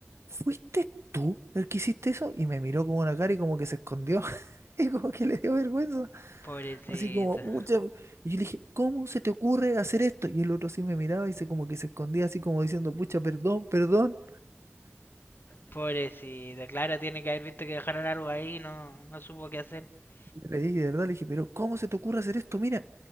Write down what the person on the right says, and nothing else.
¿fuiste tú el que hiciste eso? Y me miró con una cara y como que se escondió. <laughs> Y como que le dio vergüenza.
Así como, mucha. Y yo le dije, ¿cómo se te ocurre hacer esto? Y el otro sí me miraba y se como que se escondía así como diciendo, pucha, perdón, perdón.
Yo le dije, de verdad, le dije, pero ¿cómo se te ocurre hacer esto? Mira.